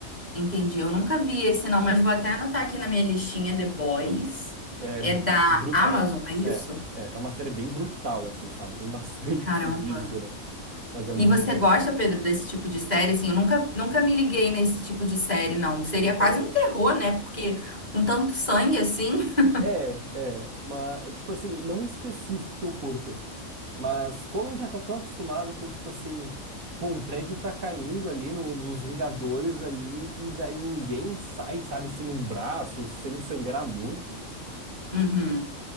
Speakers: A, on the left; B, on the right.
A: Entendi. Eu nunca vi esse, não, mas vou até anotar aqui na minha listinha The Boys.
B: É
A: É da
B: brutal.
A: Amazon, é isso?
B: É, é, é uma série bem brutal, assim, sabe? Tem bastante
A: Caramba.
B: <laughs> víscera, mas é muito
A: E você gosta,
B: bom.
A: Pedro, desse tipo de série? Assim, eu nunca, nunca me liguei nesse tipo de série, não. Seria quase
B: Ah,
A: um terror, né? Porque com tanto sangue assim. <laughs>
B: é, é, mas, tipo assim, não em específico que eu curto, Mas como a gente já tá tão acostumado com, tipo assim, pô, um prédio tá caindo ali no- nos Vingadores ali, e daí ninguém sai, sabe, sem um braço, sem sangrar muito.
A: Uhum,